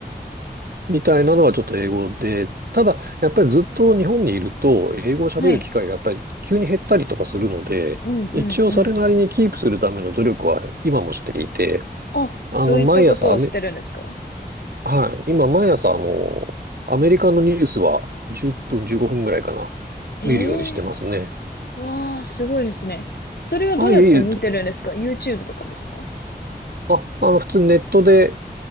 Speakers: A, on the right; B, on the left.
A: みたいなのはちょっと英語で、ただ、やっぱりずっと日本にいると、英語を喋る機会がやっぱり急に減ったりとかするので、
B: はい。うんうんうん。
A: 一応それなりにキープするための努力は今もしていて、
B: あ、
A: あの、
B: どういったことをしてるんですか
A: 毎朝アメ、はい、今毎朝あの、アメリカのニュースは10分、15分ぐらいかな、
B: え
A: 見るようにしてますね。
B: えーわあ、すごいですね。それはどうやって見てるんですか
A: あ、いえいえ、
B: ?YouTube とかですか
A: あ、あの、普通にネットで